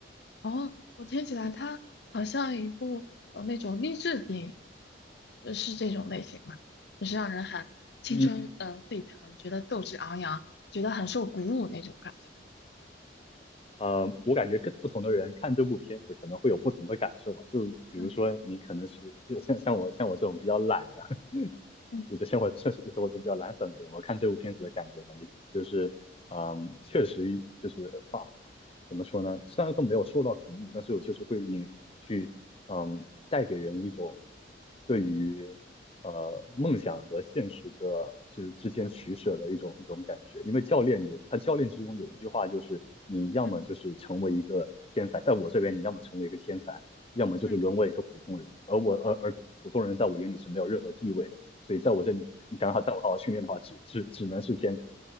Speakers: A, on the left (about 65°); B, on the left (about 30°).
A: 哦，我听起来它好像一部呃那种励志电影，呃是这种类型嘛，就是让人很青春呃沸腾，
B: 嗯，
A: 觉得斗志昂扬，觉得很受鼓舞那种感觉。
B: 呃，我感觉跟不同的人看这部片子可能会有不同的感受吧。就比如说你可能是像像我像我这种比较懒的，
A: 嗯
B: <laughs>
A: 嗯
B: 我的生活确实生活中比较懒散的人，我看这部片子的感觉，感觉就是嗯，确实就是发啊怎么说呢？虽然说没有受到鼓舞，但是我就是会引去嗯带给人一种对于呃梦想和现实的之之间取舍的一种一种感觉。因为教练有他教练之中有一句话就是，你要么就是成为一个天才，
A: 嗯
B: 在我这边你要么成为一个天才，要么就是沦为一个普通人。
A: 嗯，
B: 而我而而普通人在我眼里是没有任何地位的，所以在我这里，你想让他在我好好训练的话，只只只能是天才，